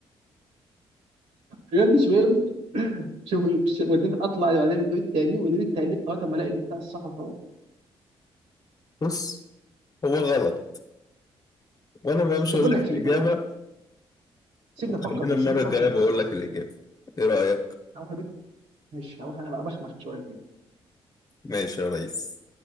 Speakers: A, on the right; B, on the left.
A: بجد مش مهم <laughs> شوف ش- وبعدين اطلع بعدين الدور التاني وبعدين التالت اه طب ما الاقي بتاع الصح خلاص
B: بص هو غلط وانا ما مش
A: طب
B: هقول
A: بقول
B: لك
A: لك ايه
B: الاجابه
A: بقول لك إيه، سيبني
B: وخلينا
A: افكر بقى
B: المره
A: سيبني افكر
B: الجايه بقول
A: فيها
B: لك الاجابه ايه رايك
A: هروح البيت مش هروح انا بقى بخمخ شويه
B: ماشي يا ريس